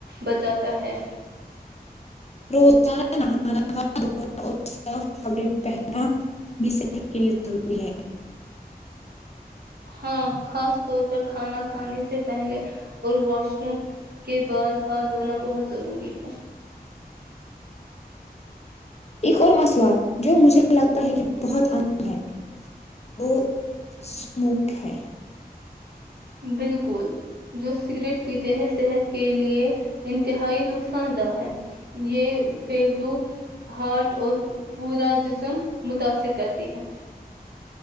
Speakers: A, on the right (about 75°); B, on the left (about 40°).
A: بچاتا ہے
B: روزانہ نہانا کاتھ دھوا اور صاف کپڑے پہننا بھی صحت کے لیے ضروری ہے
A: ہاں خاص طور پر کھانا کھانے سے پہلے اور واش روم کے بعد ہاتھ دھونا بہت ضروری ہے
B: یہ کر مسلہ <unintelligible> جو مجھے لگتا ہے کہ بہت‌ عام ہے وہ سموک ہے
A: بالکل جو سگریٹ پیتے ہیں صحت کےلئے انتہائی نقصان دہ ہے یہ فیڑو ہارٹ اور پورا جسم متاثر کرتی ہے